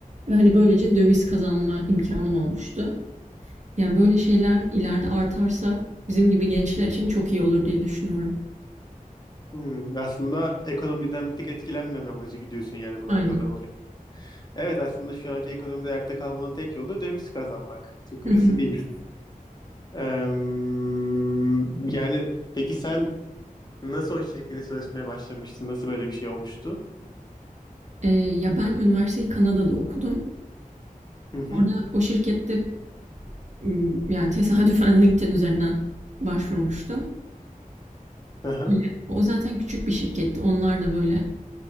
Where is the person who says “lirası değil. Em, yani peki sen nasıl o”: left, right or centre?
Left